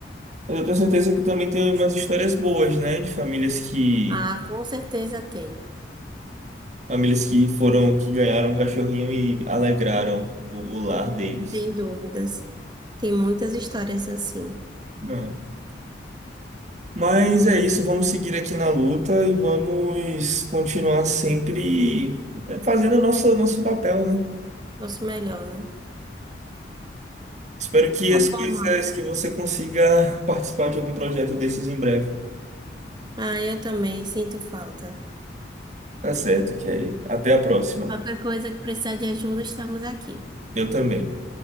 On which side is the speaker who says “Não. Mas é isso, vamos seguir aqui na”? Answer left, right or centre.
Right